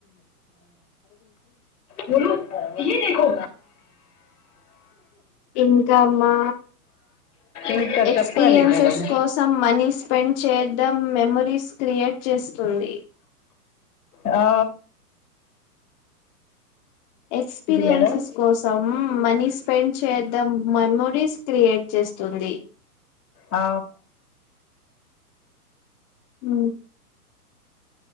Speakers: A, on the left (about 70°); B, on the left (about 30°).
A: హు ఇ దకుో
B: ఇంకా మా
A: ఇంకా
B: ఎక్స్పీరియన్సెస్
A: చెప్పాలి మేడం
B: కోసం మనీ స్పెండ్ చేద్దాం మెమోరీస్ క్రియేట్ చేస్తుంది
A: ఆ
B: ఎక్స్పీరియన్సెస్
A: మేడం
B: కోసం మనీ స్పెండ్ చేద్దాం మెమొరీస్ క్రియేట్ చేస్తుంది
A: ఆ
B: ఉ